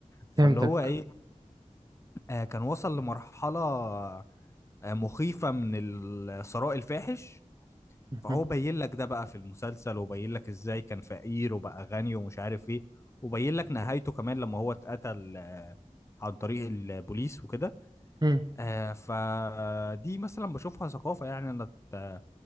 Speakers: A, on the left (about 20°); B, on the right (about 30°).
A: فاللي
B: فهمتك
A: هو ايه آه كان وصل لمرحلة آه مخيفة من الثراء الفاحش
B: مهم.
A: فهو بين لك ده بقى في المسلسل وبين لك ازاي كان فقير وبقى غني ومش عارف ايه وبين لك نهايته كمان لما هو اتقتل آه عن طريق البوليس وكده
B: م-
A: آه، فدي مثلا بشوفها ثقافة يعني انا ات-